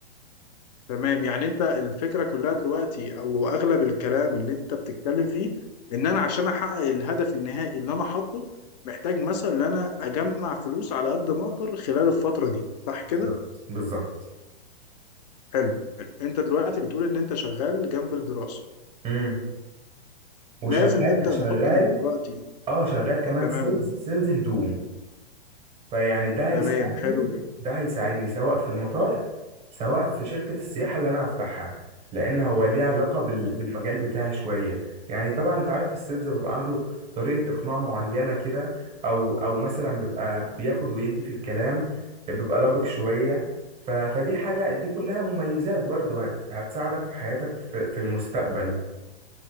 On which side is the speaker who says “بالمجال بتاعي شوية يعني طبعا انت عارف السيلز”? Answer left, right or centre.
Right